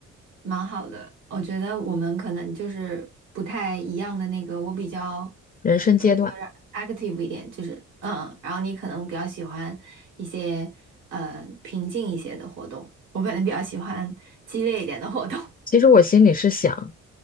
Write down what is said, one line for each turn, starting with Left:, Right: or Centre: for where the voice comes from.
Right: 蛮好的。我觉得我们可能就是不太一样的那个，我比较
Left: 人生阶段，
Right: 呃，就是 active 一点，就是嗯，然后你可能比较喜欢一些呃平静一些的活动，我可能比较喜欢激烈一点的活动，
Left: 其实我心里是想，